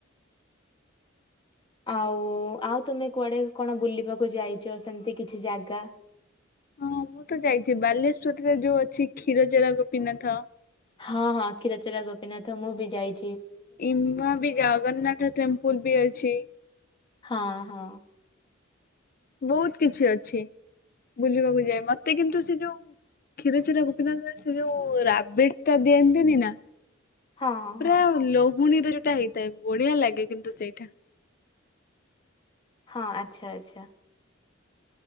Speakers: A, on the left; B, on the left.
A: ଆଉ ଆଉ ତମେ କୁଆଡେ କଣ ବୁଲିବାକୁ ଯାଇଚ ସେମିତି କିଛି ଜାଗା?
B: ହଁ ମୁଁ ତ ଯାଇଛି ବାଲେଶ୍ଵରରେ ଯୋଉ ଅଛି କ୍ଷୀରଚରା ଗୋପୀନାଥ।
A: ହଁ ହଁ କ୍ଷୀରଚରା ଗୋପୀନାଥ ମୁଁ ବି ଯାଇ
B: ଇମା ବି ଜଗନ୍ନାଥ ଟେମ୍ପୁଲ ବି ଅଛି।
A: ହଁ ହଁ
B: ବହୁତ କିଛି ଅଛି ବୁଲିବାକୁ ଯାଏ ମତେ କିନ୍ତୁ ସେ ଯୋଉ କ୍ଷୀରଚୋରା ଗୋପିନାଥ ସେ ଯୋଉ ରବିଡିଟା ଦିଅନ୍ତିନି ନା।
A: ହଁ
B: ପୂରା
A: ହଁ
B: ଲୋକ ପୁଣିରେ ଯଉଟା ହେଇଥାଏ ବଢିଆ ଲାଗେ କିନ୍ତୁ ସେଇଟା।
A: ହଁ ଆଚ୍ଛା ଆଚ୍ଛା।